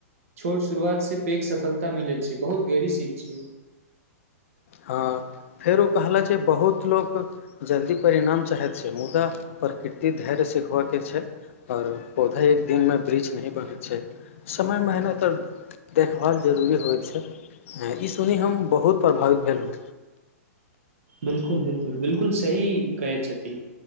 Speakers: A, on the right; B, on the left.
A: छोट शुरुआत से पैघ सफलता मिलैत छै बहुत गहरी सीख छैय।
B: हँ फेर ओ कहला जे बहुत लोक जल्दी परिणाम चाहैत छैय मुदा प्रकृति धैर्य सिखबा केँ छैय। औरो पौधा एक दिन में वृक्ष नहीं बनै छै समय मेहनत और देखभाल जरूरी होइ छैय ई सुनी हम बहुत प्रभावित भेलहुँ
A: बिल्कुल बिल्कुल बिल्कुल सही कहै छथि।